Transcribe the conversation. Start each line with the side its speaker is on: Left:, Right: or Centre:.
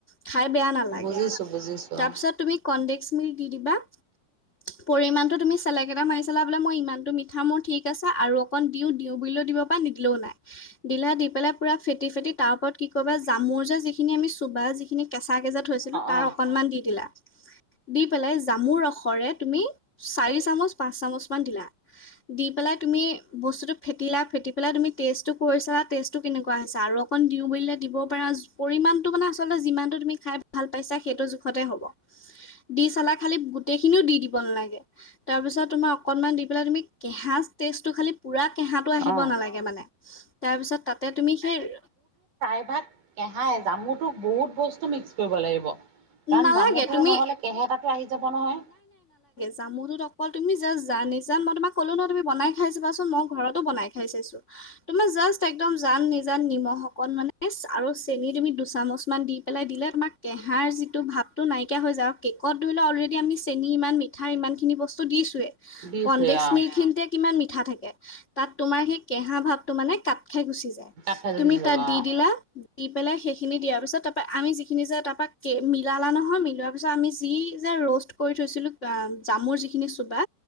Left: খাই বেয়া নালাগে।
Right: বুজিছো বুজিছো
Left: তাৰপিছত
Right: অ
Left: তুমি- কনডেক্স মিল্ক দি দিবা। পৰিমাণটো তুমি চেলেক এটা মাৰি চালা বোলে মই ইমানটো মিঠা মোৰ ঠিক আছে আৰু- অকন দিওঁ, দিওঁ বুলিও দিব পাৰে নিদিলেও নাই। দিলা, দি পেলাই পুৰা ফেটি ফেটি তাৰ ওপৰত কি কবা জামুৰ যিখিনি আমি চুবা যিখিনি- কেঁচাকে যে থৈছিলোঁ
Right: অ
Left: তাৰ
Right: অ
Left: অকণমান দি দিলা। দি পেলাই জামুৰ ৰসৰে তুমি চাৰি চামুচ, পাঁচ চামুচমান দিলা। দি পেলাই তুমি- বস্তুটো ফেটিলা, ফেটি পেলাই তুমি টেষ্টটো কৰিছালা, টেষ্টটো কেনেকুৱা হৈছে? আৰু অকণ দিওঁ বুলিলে দিব পাৰা। পৰিমাণটো মানে আচলতে যিমানটো তুমি খাই ভাল পাইছা সেইটো জোখতে হ'ব। দি চালা, খালি গোটেই খিনিও দি দিব নালাগে। তাৰপিছত তোমাৰ অকনমান দি পেলাই তুমি কে হাজ টেষ্টটো খালি- পূৰা কেঁহাটো আহিব
Right: অ
Left: নালাগে মানে। তাৰপিছত তাতে তুমি সেই-
Right: এভাগ কেহাই, জামুটোক বহুত বস্তু মিক্স কৰিব লাগিব। কাৰণ
Left: নালাগে
Right: জামুতো
Left: তুমি
Right: নহলে কেহেতাটো আহি যাব নহয়।
Left: জামুটো অকল তুমি জাষ্ট জা নিজে, মই তোক কলো ন তুমি বনাই খাইছ- মই ঘৰতো বনাই খাই চাইছোঁ। তোমাৰ জাষ্ট একদম জান নিজান নিমখ অকনমানি আৰু চেনি তুমি দুচামুচমান দি- পেলাই দিলে তোমাৰ কেঁহাৰ যিটো ভাৱটো নাইকিয়া হৈ যায় আৰু কেকত ধৰি ল অলৰেডি আমি চেনি ইমান - মিঠা ইমান খিনি বস্তু দিছো এ,
Right: দিছোৱে
Left: কনডেক্স
Right: অ
Left: মিল্ক খিনতে কিমান মিঠা থাকে! তাত তোমাৰ সেই কেঁহা ভাৱটো মানে কাট খাই গুচি যায়।
Right: কাট খাই
Left: তুমি
Right: গুচি যাব
Left: তাত
Right: অ
Left: দি দিলা- দি পেলাই সেইখিনি দিয়াৰ পিছত তাৰপৰা আমি যিখিনি যে তাৰপৰা কেক মিলালা নহয়, মিলোৱাৰ পিছত আমি যি যে ৰ'ষ্ট- কৰি থৈছিলো জা জামুৰ যিখিনি চোবা,